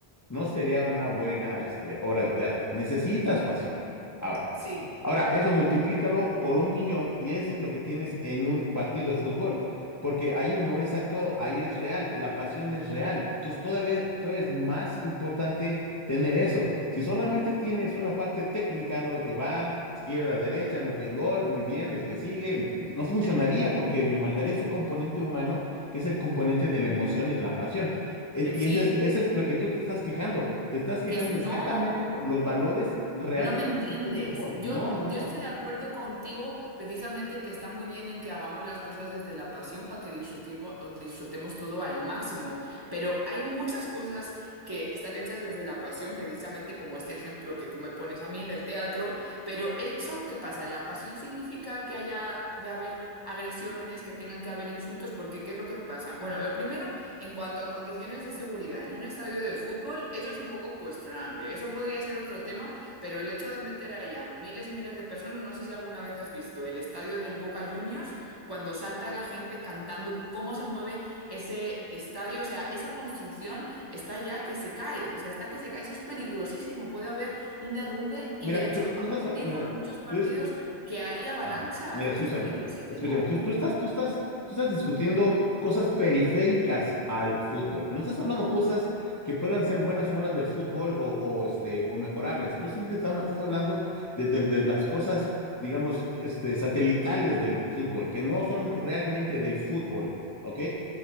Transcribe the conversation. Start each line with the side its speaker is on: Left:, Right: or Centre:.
Left: no sería una buena este, obra de teatro. Necesitas pasión. Ahora,
Right: Sí,
Left: ahora, eso multiplícalo por un millón y eso es lo que tienes en un partido de fútbol. Porque ahí no es actuado, ahí es real, la pasión es real. Entonces todavía, todavía es más importante tener eso. Si solamente tienes una parte técnica, ¿no? Que van izquierda, derecha, meten gol, muy bien, el que sigue, no funcionaría porque le faltaría ese componente humano que es el componente de la emoción y de la pasión. E-
Right: que
Left: y
Right: sí,
Left: ese es, ese es lo que tú te estás quejando. Te estás quejando
Right: que es- no.
Left: exactamente por los valores reales
Right: No me
Left: que
Right: entiendes.
Left: tiene el fútbol.
Right: Yo,
Left: No, no, no.
Right: yo estoy de acuerdo contigo precisamente que está muy bien en que hagamos las cosas desde la pasión para que disfrutimo- disfrutemos todo al máximo, pero hay muchas cosas que están hechas desde la pasión, precisamente como este ejemplo que tú me pones a mí del teatro, pero eso, ¿qué pasa? ¿La pasión significa que haya de haber agresiones, que tengan que haber insultos? Porque ¿qué es lo que pasa? Bueno, lo primero... En cuanto a condiciones de seguridad en un estadio de fútbol, eso es un poco cuestionable. Eso podría ser otro tema pero el hecho de meter ahí a miles y miles de personas, no sé si alguna vez has visto el estadio del Boca Juniors, cuando salta la gente cantando cómo se mueve ese estadio, o sea, esa construcción está ya que se cae, o sea, está que se cae, eso es peligrosísimo, puede haber un derrumbe y
Left: Mira,
Right: de hecho
Left: tú, tú
Right: ha
Left: estás,
Right: ocurrido
Left: mira,
Right: en muchos partidos
Left: tú, es-
Right: que hay avalanchas,
Left: Ah, mira, escúchame,
Right: eso es peligrosísimo.
Left: escúchame, tú, tú estás, tú estás, tú estás discutiendo cosas periféricas al fútbol. No estás hablando cosas que puedan ser buenas o malas del fútbol o, o, este, o mejorables. Tú simplemente estás, estás hablando de, de- de las cosas, digamos, este, satelitales del fútbol, que no son realmente del fútbol, ¿ok?